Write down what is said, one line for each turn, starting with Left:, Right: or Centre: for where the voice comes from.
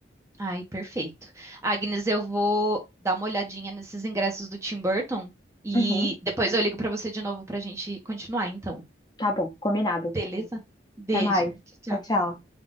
Right: Ai, perfeito. Agnes, eu vou dar uma olhadinha nesses ingressos do Tim Burton e
Left: Uhum,
Right: depois eu ligo pra você de novo pra gente continuar, então.
Left: tá bom, combinado.
Right: Beleza? Beijo.
Left: Até mais.
Right: Tchau. tchau.
Left: Tchau, tchau.